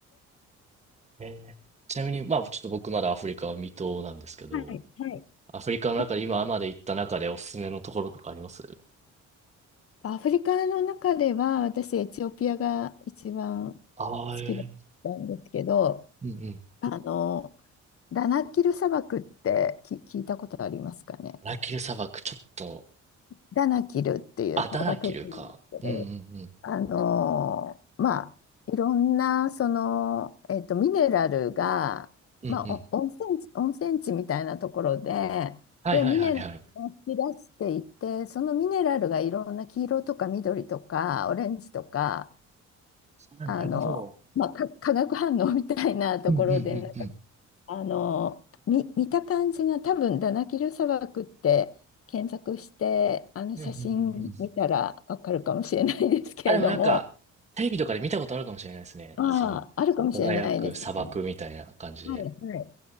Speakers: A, on the right (about 20°); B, on the left (about 50°).
A: えーちなみに、まあちょっと僕まだアフリカは未踏なんですけど、
B: はい、はい。
A: アフリカの中で今まで行った中でおすすめのところとかあります
B: とかねアフリカの中では、私、エチオピアが一番好
A: ああー、え
B: きだったんですけど、
A: ーうんうん。
B: あの、ダナキル砂漠ってき聞いたことありますかね。
A: ダナキル砂漠、ちょっと、
B: ダナキルっていう砂漠があるんですけど
A: あ、ダナキルか。うんうんうん。
B: あのーまあ、いろんな、その、えっと、ミネラルが、
A: うんうん。
B: まあ、お温泉地、温泉地みたいなところで、
A: はいはいはいはい。
B: で、ミネラルを引き出していて、そのミネラルがいろんな黄色とか緑とかオレンジとか、
A: あ、
B: あの、
A: なるほど。
B: まあ、か化学反応みたいなところで、
A: うんうんうんうん。
B: なんか、あの、見、見た感じが多分、ダナキル砂漠って検索して、あの写真見たらわかるかもしれないですけれども、
A: うんうんうんうん。あ、でもなんか、テレビとかで見たことあるかもしれないですね。
B: ああ、
A: その、
B: あるかもしれないですね。
A: 輝く砂漠みたいな感じで。
B: はい、はい。